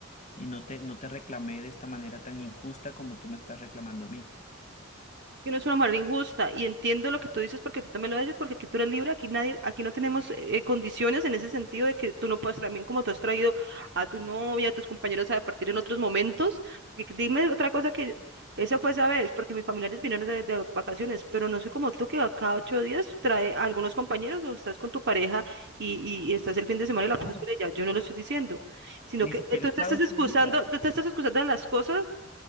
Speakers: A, on the left; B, on the right.
A: y no te, no te reclamé de esta manera tan injusta como tú me estás reclamando a mí.
B: que no es una manera injusta. Y entiendo lo que tú dices porque tú también lo has porque aquí tú eres libre, aquí nadie, aquí no tenemos eh, condiciones en ese sentido de que tú no puedes también como tú has traído a tu novia, a tus compañeros a partir en otros momentos. Y que- dime otra cosa que esa fue esa vez, porque mis familiares vinieron de, de vacaciones, pero no soy como tú que a cada ocho días trae a algunos compañeros o estás con tu pareja y, y, y estás el fin de semana y la pasas
A: Ah,
B: con ella. Yo no lo estoy diciendo, sino
A: Ni
B: que
A: siquiera
B: eh, tú
A: es
B: te
A: cada
B: estás
A: ocho
B: excusando,
A: días.
B: tú te estás excusando de las cosas